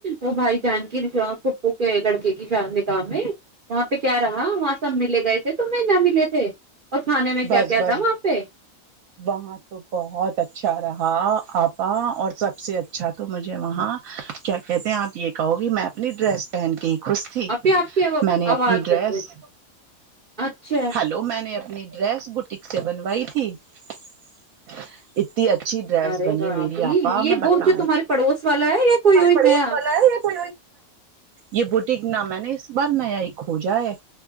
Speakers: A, on the right (about 45°); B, on the right (about 70°).
A: وہ بھائی جان کی پپو کے لڑکے کی جان نکاہ میں وہاں پہ کیا رہا وہاں سب ملے گئے تھے ت میںیں نہ ملے تھے اور کھانے میں
B: بس
A: کیا کیا
B: بس
A: تھا وہ <unintelligible>
B: وہاں تو بہت اچھا رہا آپا اور سب سے اچھا تو مجھے وہاں کیا کہتے ہیں آپ یہ کہو گی میں اپنی ڈریس پہن کے خوش تھی
A: ابھی آپ کی
B: میں نے اپنی
A: آواز
B: ڈریس
A: کٹ رہی اچھا
B: ہلو میں نے اپنی رریس بوٹک سے بنوائی تھی <unintelligible> انی اچھی ڈریس
A: ارے
B: بنی
A: بھابھی
B: میری آپا
A: یہ
B: میں بتے
A: وہ جو تمہارے پڑوس والا ہے یا کوئی اور
B: پڑوس
A: نیا
B: والا ہے کو یہ بوٹیک نہ میں نے اس بار نیا ایک کھوجا ہے